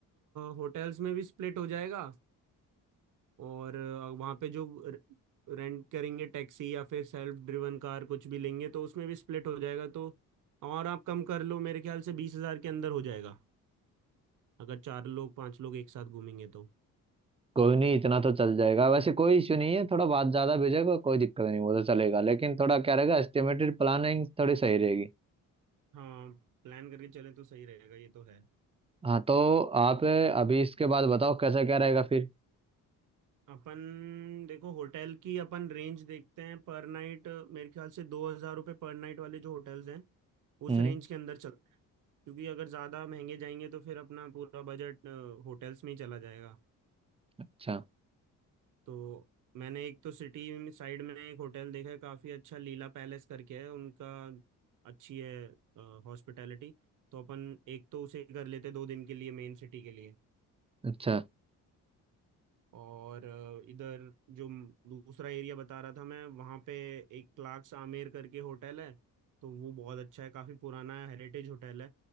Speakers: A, on the right (about 60°); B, on the right (about 15°).
A: होटल्स में भी स्प्लिट हो जाएगा और अ, वहाँ पे जो रेंट करेंगे टैक्सी या फिर सेल्फ ड्रिवन कार कुछ भी लेंगे तो उसमें भी स्प्लिट हो जाएगा तो और आप कम कर लो मेरे ख्याल से बीस हजार के अंदर हो जाएगा अगर चार लोग पांच लोग एक साथ घूमेंगे तो
B: कोई नहीं इतना तो चल जाएगा वैसे कोई इश्यू नहीं है थोड़ा बात ज्यादा भेजेगा कोई दिक्कत नहीं वो तो चलेगा लेकिन थोड़ा क्या रहेगा एस्टिमेटेड प्लानिंग थोड़ी सही रहेगी
A: हाँ प्लान करके चले तो सही रहेगा ये तो है
B: हाँ तो आप अभी इसके बाद बताओ कैसा क्या रहेगा फिर
A: अपन देखो होटल की अपन रेंज देखते हैं पर नाइट मेरे ख्याल से दो हजार रुपये पर नाइट वाले जो होटल्स हैं उस
B: हम्म
A: रेंज के अंदर चल क्योंकि अगर ज़्यादा महंगे जाएंगे तो फिर अपना पूरा बजट होटल्स में ही चला जाएगा
B: अच्छा
A: तो मैंने एक तो सिटी साइड में एक होटल देखा है काफ़ी अच्छा लीला पैलेस करके है उनका अच्छी है हॉस्पिटैलिटी तो अपन एक तो उसे कर लेते हैं दो दिन के लिए मेन सिटी के लिए
B: अच्छा
A: और अ, इधर जो म- दूसरा एरिया बता रहा था मैं वहाँ पे एक क्लार्क्स आमेर करके होटल है तो वो बहुत अच्छा है काफ़ी पुराना है हेरिटेज होटल है